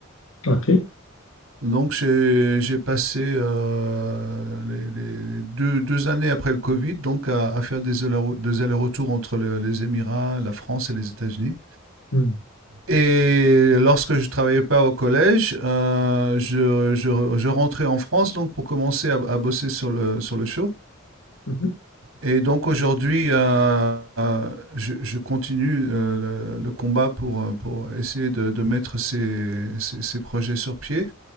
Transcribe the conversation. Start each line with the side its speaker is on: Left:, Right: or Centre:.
Left: OK.
Right: Donc, j'ai j'ai passé euh, les, les deux, deux années après le Covid donc à, à faire des, aller- des allers-retours entre le- les Émirats, la France et les États-Unis.
Left: Mhm,
Right: Et lorsque je travaillais pas au collège, euh, je, je, je rentrais en France donc pour commencer à, à bosser sur le, sur le show.
Left: mhm,
Right: Et donc aujourd'hui, euh, euh, je, je continue euh, le, le combat pour, euh, pour essayer de, de mettre ces, ces, ces projets sur pied.